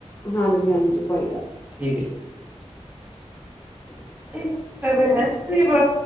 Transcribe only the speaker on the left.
ਹਾਂਜੀ-ਹਾਂਜੀ ਕੋਈ ਗੱਲ।
<unintelligible>